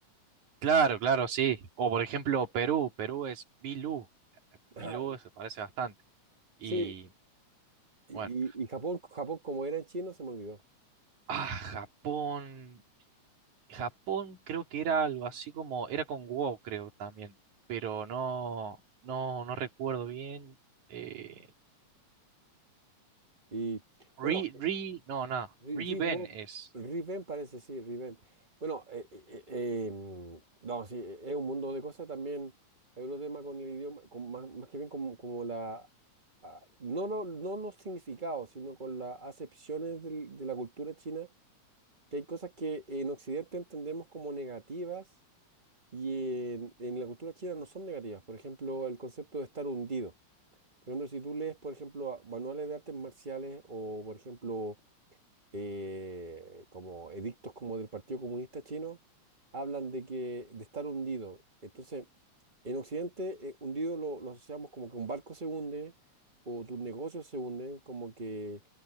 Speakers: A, on the right (about 80°); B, on the right (about 20°).
A: Claro, claro, sí. O por ejemplo Perú, Perú es Bilú,
B: <laughs>
A: Bilú
B: Ah,
A: se parece bastante. Y
B: sí. Y,
A: bueno,
B: y- y Japón, Japón, como era en chino, se me olvidó.
A: ah, Japón, Japón creo que era algo así como, era con wo, creo también, pero no, no, no recuerdo bien. Eh,
B: Y bueno,
A: Ri, Ri, no, no,
B: Ri-
A: Riben
B: Riwo-
A: es.
B: Riven parece, sí, Riven. Bueno, eh, eh, eh, em, no, sí, eh, es un mundo de cosas también. Hay otro tema con el idioma, con, más, más que bien como, como la, ah, no, lo- no los significados, sino con las acepciones del- de la cultura china, que hay cosas que en Occidente entendemos como negativas y en, en la cultura china no son negativas. Por ejemplo, el concepto de estar hundido. Por ejemplo, si tú lees, por ejemplo, a- manuales de artes marciales o, por ejemplo, eh, como edictos como del Partido Comunista Chino, hablan de que de estar hundido. Entonces, en Occidente, eh, hundido lo, lo asociamos como que un barco se hunde o tus negocios se hunden, como que